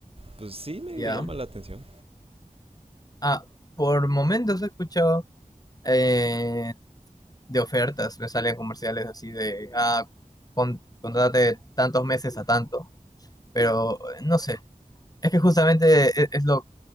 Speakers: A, on the right; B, on the left.
A: pues sí medio
B: Ya.
A: llama la atención.
B: Ah, por momentos he escuchado eh, de ofertas, me salen comerciales así de, ah, con- contrátate tantos meses a tanto, pero eh, no sé, es que justamente e- es, lo